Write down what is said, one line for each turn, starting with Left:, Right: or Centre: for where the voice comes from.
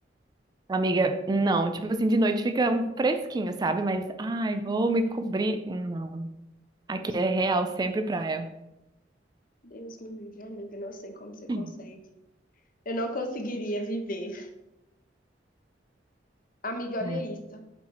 Right: Amiga, não, tipo assim, de noite fica um fresquinho, sabe? Mas, ai, vou me cobrir. Não. Aqui
Left: Nossa,
Right: é real, sempre praia.
Left: Deus me livre, amiga. Eu Não sei como você consegue.
Right: Hum.
Left: Eu não conseguiria viver. Amiga, olha
Right: É.
Left: isso.